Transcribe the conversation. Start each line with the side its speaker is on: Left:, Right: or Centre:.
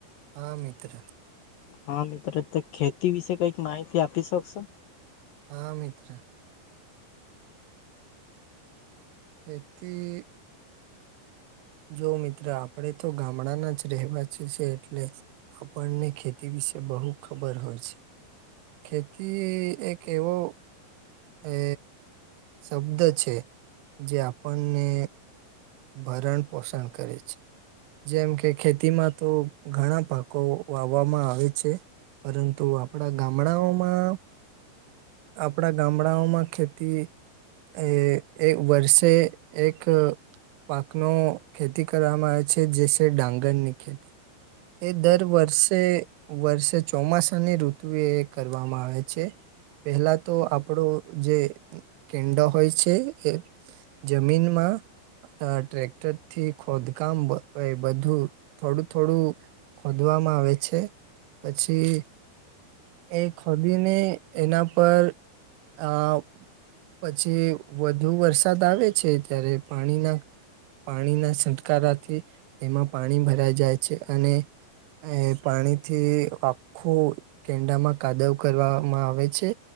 Right: આ મિત્ર
Left: હા મિત્રો તો ખેતી વિશે કઈક માહિતી આપી શકશો
Right: હા મિતિત્ર એકથી જો મિત્ર આપણેે તો ગામડાના જ રહેવાસી છે એટલે. આપણને ખેતી વિશે બહુ ખબર હોય છે. ખેતી એક એવો એ શબ્દ છે જે આપણને ભરણ પોષણ કરે છે જેમ કે ખેતીમાં તો ઘણા પાકો વાવવામાં આવે છે. પરંતુ આપણા ગામડાઓમાં આપડા ગામડાઓમાં ખેતી એ એક વર્ષે એક પાકનો ખેતી કરવામાં આવે છે જે છે ડાંગરની ખેતી એ દર વર્ષે વર્ષે ચોમાસાની ઋતુ એ કરવામાં આવે છે. પેલા તો આપણો જે કેન્ડો હોય છે એ જમીનમાં ટ્રેક્ટરથી ખોદકામ બધું થોડું થોડું ખોદવામાં આવે છે પછી એ ખોદીને એના પર આ પછી વધુ વરસાદ આવે છે ત્યારે પાણીના પાણીના છટકારાથી તેમાં પાણી ભરાઈ જાય છે અને એ પાણીથી આ આખો કેંડામાં કાદવ કરવામાં આવે છે.